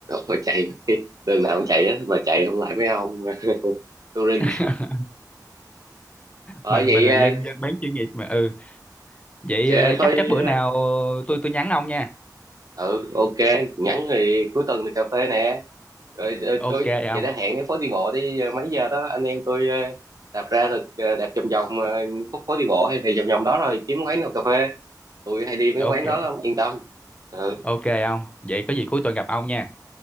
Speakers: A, on the right; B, on the left.
A: tôi chạy <laughs> đường nào cũng chạy á mà chạy không lại mấy ông <laughs> touring
B: <laughs>
A: ở
B: mình
A: vậy
B: mình là
A: ờ,
B: dân dân bán chuyên nghiệp mà ừ vậy
A: ờ,
B: ờ,
A: thôi
B: chắc chắc bữa nào tôi tôi nhắn ông nha
A: ừ ok nhắn thì cuối tuần thì cà phê nè rồi ờ, tôi
B: Ok ông.
A: vậy đã hẹn cái phố đi bộ đi ờ, mấy giờ đó anh em tôi ờ, đạp ra rồi ờ, đạp vòng vòng ờ, khúc phố đi bộ hay thì vòng vòng đó rồi kiếm quán nào cà phê tôi hay đi mấy
B: Ok.
A: quán đó lắm yên tâm ừ
B: Ok ông. Vậy có gì cuối tuần gặp ông nha.